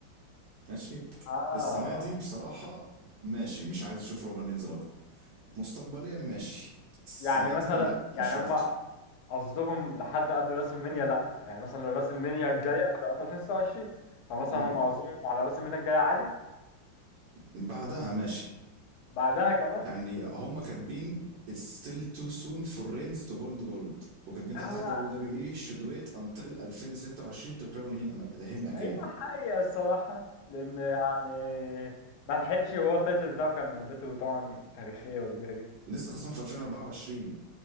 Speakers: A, on the right; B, on the left.
A: ماشي
B: اه
A: السنة دي بصراحة ماشي مش عايز اشوف رومان رينز بطل مستقبليا ماشي السنة
B: يعني مثلا
A: دي لا
B: يعني
A: مش وقته
B: هما قصدهم لحد قبل راس المنيا لا يعني مثلا لو راس المنيا الجايه هتبقى في 2026 فمثلا
A: اه
B: هم قصدهم على راس المنيا الجايه عادي
A: بعدها ماشي
B: بعدها كمان
A: يعني هما كاتبين it's still too soon for Reigns to hold gold وكاتبين تحتها
B: هو
A: دبليو دبليو اي should wait until 2026 to crown him him again
B: هي حقيقة الصراحة لأن يعني ما لحقش وهو التايتل بتاعه كان مدته طبعا تاريخية وكبيرة جدا
A: لسه خصم في 2024